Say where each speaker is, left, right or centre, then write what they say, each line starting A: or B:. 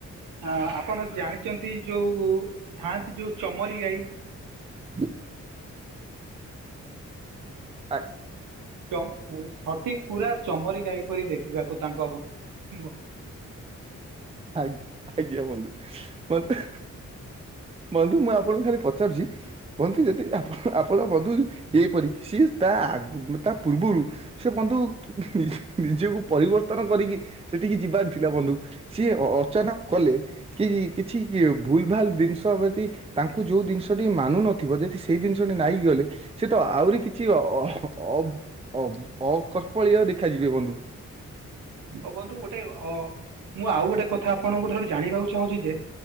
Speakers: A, on the right (about 85°); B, on the right (about 20°).
A: ଆଁ ଆପଣ ଜାଣିଛନ୍ତି ଯୋଉ ଥାଆନ୍ତି ଯୋଉ ଚମରି ଗାଈ?
B: ହୁଁ। ଆଜ୍ଞ
A: ଚମ ସଠିକ୍ ପୁରା ଚମରି ଗାଈ ପରି ଦେଖିବାକୁ ତାଙ୍କ ମୁହଁ।
B: ଆଜ୍ଞା ଆଜ୍ଞା ବନ୍ଧୁ ବନ୍ଧୁ ବନ୍ଧୁ ମୁଁ ଆପଣଙ୍କୁ ଖାଲି ପଚାରୁଛି? ବନ୍ଧୁ ଯଦି ଆପଣ ଆପଣ ବନ୍ଧୁ ଏହିପରି ସିଏ ତା ଆଗ ତା ପୂର୍ବରୁ ସେ ବନ୍ଧୁ ନିଜ ନିଜକୁ ପରିବର୍ତ୍ତନ କରିକି ସେଠିକି ଯିବାର ଥିଲା ବନ୍ଧୁ। ସିଏ ଅ-ଅଚାନକ କଲେ କି କିଛି କିଏ ଭୁଲ ଭାଲ ଜିନିଷ ଯଦି ତାଙ୍କୁ ଯୋଉ ଜିନିଷଟି ମାନୁ ନଥିବ ଯଦି ସେଇ ଜିନିଷଟି ନାଇଁ ଗଲେ ସେ ତ ଆହୁରି କିଛି ଅ-ଅ-ଅ-ଅ-ଅକପଳୀୟ ଦେଖାଯିବେ ବନ୍ଧୁ।
A: ଓ ବନ୍ଧୁ ଗୋଟେ ଅ ମୁଁ ଆଉ ଗୋଟେ କଥା ଆପଣଙ୍କ ଠାରୁ ଜାଣିବାକୁ ଚାହୁଁଛି ଯେ